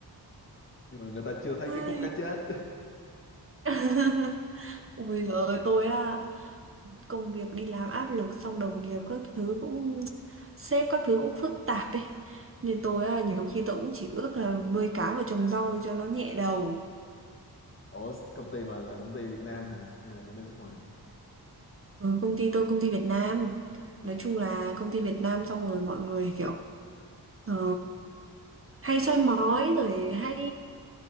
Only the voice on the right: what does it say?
Ai.
<laughs> Ôi giời ơi, tôi á công việc đi làm áp lực xong đồng nghiệp các thứ cũng sếp các thứ cũng phức tạp ấy nên tôi á nhiều khi tôi cũng chỉ ước là nuôi cá và trồng rau cho nó nhẹ đầu
ừ, công ty tôi công ty Việt Nam
nói chung là công ty Việt Nam xong rồi mọi người kiểu ờ, hay soi mói rồi hay